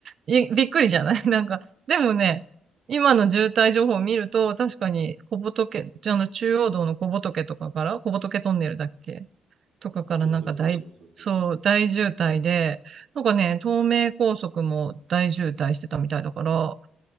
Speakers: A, on the right; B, on the right.
A: いびっくりじゃない <laughs> なんか、でもね、今の渋滞情報を見ると、確かに小仏、あの中央道の小仏とかから、小仏トンネルだっけとかからなんか大、
B: そうそうそうそうそうそう。
A: そう、大渋滞で、なんかね、東名高速も大渋滞してたみたいだから、